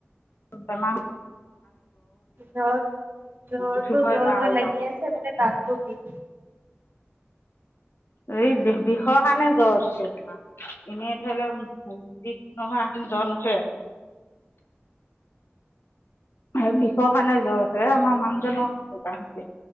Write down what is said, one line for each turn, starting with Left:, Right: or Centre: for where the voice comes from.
Left: বেমাৰ
Right: জ্বৰ জ্বৰটো
Left: উঠিবই
Right: জ্বৰ
Left: নোৱাৰা
Right: জ্বৰ
Left: হৈ
Right: লাগিছে
Left: যাওঁ
Right: মানে গাতো বিষ
Left: এই বিষৰ কাৰণে জ্বৰ উঠিছে তোমাৰ এনেই ধৰি লও নহয় এদিন জ্বৰ নুঠে। আৰু বিষৰ কাৰণে জ্বৰ উঠে আমাৰ মানুহজনৰ সেনেকুৱা হৈছে